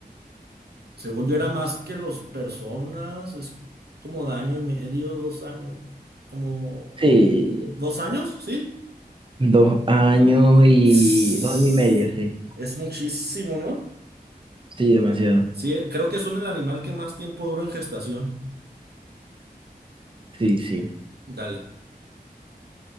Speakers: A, on the right; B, on the right.
A: según yo era más que los personas. Es como de año y medio, dos años. Como.
B: Sí,
A: ¿Dos años? Sí.
B: dos años y
A: Sss,
B: dos años y medio, sí.
A: Es muchísimo, ¿no?
B: Sí, demasiado.
A: Sí, creo que son el animal que más tiempo dura en gestación.
B: Sí, sí.
A: Dale.